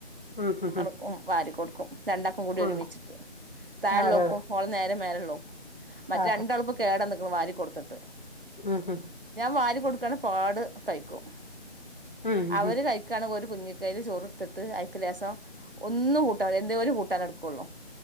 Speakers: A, on the left (about 45°); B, on the right (about 55°).
A: ഉം ഉം ഉം
B: അവക്കും വാരി കൊടുക്കും രണ്ടാക്കും കൂടി
A: ഉം
B: ഒരുമിച്ചിട്ട് താഴെലോക്കും
A: അതെ അതെ
B: ഓള് നേരെ മേലെ <unintelligible> മറ്റ്
A: ആഹ്
B: രണ്ടാളുപ്പ കേടന്ന് വാരി കൊടുത്ത്ട്ട്
A: ആഹ്
B: വാരി കൊടുക്കാണ് പാട് കഴിക്കും
A: ഉം ഉം
B: അവര്
A: ഉം
B: കഴിക്കാണെ ഒരു കുഞ്ഞിക്കയില് ചോറ് കൊടുത്തിട്ട് അയിക്ക് രസം ഒന്നും കൂട്ടാന എന്തേോലും കൂട്ടാൻ എടുക്കുള്ളൂ